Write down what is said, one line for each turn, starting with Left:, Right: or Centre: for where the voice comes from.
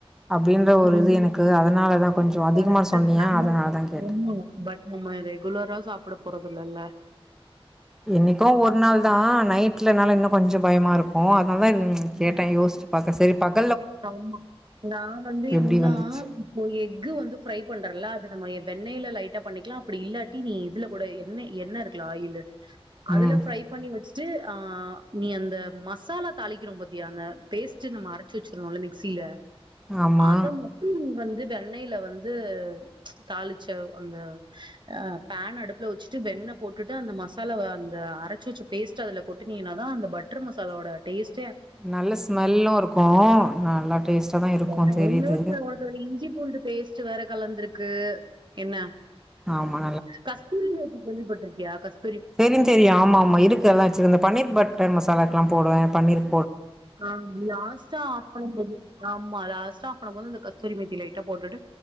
Centre: அப்டின்ற ஒரு
Right: ம்
Centre: இது எனக்கு அதனாலதா கொஞ்சோ அதிகமா
Right: கரெக்ட்டு
Centre: சொன்னீயா
Right: நம்ம
Centre: அதனாலதா கேட்டே
Right: ஆமா பட் நம்ம ரெகுலரா சாப்ட போறது இல்லல்ல
Centre: என்னைக்கோ ஒரு நாள் தா நைட்லனால இன்னு கொஞ்சோ பயமா இருக்கு அதனாலதா இது கேட்டே
Right: ம்
Centre: யோசிச்சி பாக்க செரி பாக்
Right: ஆமா நா வந்து
Centre: எப்டி
Right: என்னன்னா
Centre: வந்துச்சு
Right: இப்போ எக்கு வந்து ஃப்ரை பண்றேன்ல அது நம்ம வெண்ணெய்ல லைட்டா பண்ணிக்கலா அப்டி இல்லாட்டி நீ இதுல கூட எண்ணெய் எண்ணெ இருக்குல்ல ஆயிலு அதுல
Centre: ம்
Right: ஃப்ரை பண்ணி வச் சி ஆ நீ அந்த மசாலா தாளிக்குறோ பாத்தியா அந்த பேஸ்ட் நம்ப அரச் சு வச்சுருந்தோல மிக்ஸில
Centre: ஆமா.
Right: அத மட்டு நீ வந் து வெண்ணெய்ல வந்து தாளிச்ச அந்த ஆ ஃபேன் அடுப்புல வச்சிட்டு வெண் ணெ போட்டுட்டு அந்த மசாலாவ அந்த அரச்சி வச்ச போஸ்ட்ட அதுல கொட்டுனீனாத அந்த பட்டர் மசாலாவோட டேஸ்ட்
Centre: நல்ல ஸ்மெல்லு இருக்கு நல்லா டேஸ்டா தா இருக்கு
Right: பயங்கர
Centre: தெரியுது
Right: சுவை. உனக்கு அதுல இஞ்சி பூண்டு பேஸ்ட் வேற கலந்துருக்கு என்ன
Centre: ஆமா
Right: கஸ்தூரி மேத்தி கேள்விபட் ருக்கியா கஸ்
Centre: தெரியு தெரியுன் ஆமா ஆமா இருக்கு எல்லா வச்சிருந்தே பன்னீர் பட்டர் மசாலாக்குல்லா போடுவே பன்னீர்
Right: ஹான் லாஸ்டா ஆஃப்பன்ன போது ஆமா லாஸ்டா ஆஃப்பன்ன போது இந்த கஸ்தூரி மேத்தி லைட்டா போட்டுட்டு